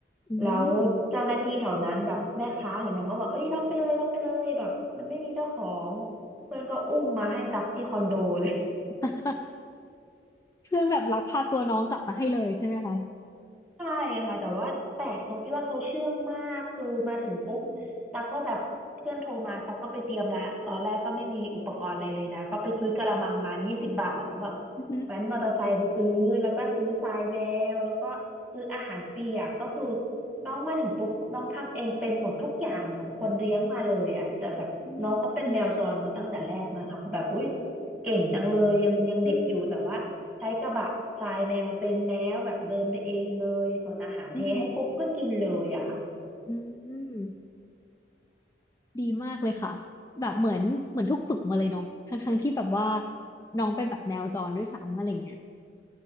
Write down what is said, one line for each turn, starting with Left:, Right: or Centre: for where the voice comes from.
Left: อืม
Centre: แล้วเจ้าหน้าที่แถวนั้นแบบแม่ค้าแถวนั้นเขาบอกเอ้ยรับไปเลยรับไปเลยแบบมันไม่มีเจ้าของเพื่อนก็อุ้มมาให้ตักที่คอนโดเลย
Left: <laughs> เพื่อนแบบรักพาตัวน้องกลับมาให้เลยใช่ไหมคะ
Centre: ใช่ค่ะแต่ว่าแปลกตรงที่ว่าเขาเชื่องมากคือมาถึงปุ๊บ
Left: อืม
Centre: ตากก็แบบเพื่อนโทรมาตากก็ไปเตรียมและตอนแรกก็ไม่มีอุปกรณ์อะไรเลยนะก็ไปซื้อกะละมังร้านยี่สิบบาทแล้วแบบ
Left: อือหือ
Centre: แว้นมอเตอร์ไซค์ไปซื้อแล้วก็ซื้อทรายแมวแล้วก็ซื้ออาหารเปียกก็คือน้องมาถึงปุ๊บน้องทำเองเป็นหมดทุกอย่างเหมือนคนเลี้ยงมาเลยอ่ะแต่แบบน้องเขาเป็นแมวจรมาตั้งแต่แรกนะคะแบบอุ้ย
Left: อีดีจัง
Centre: เก่งจังเลยยังยังเด็กอยู่แต่ว่า
Left: อืม
Centre: ใช้กระบะทรายแมวเป็นแล้วแบบเดินไปเองเลยส่วนอาหารเทให้ปุ๊บก็กินเลยอะค่ะ
Left: อือหืออืมดีมากเลยค่ะแบบเหมือนเหมือนถูกฝึกมาเลยเนาะทั้งทั้งที่แบบว่าน้องเป็นแบบแมวจรด้วยซ้ำอะไรเงี้ย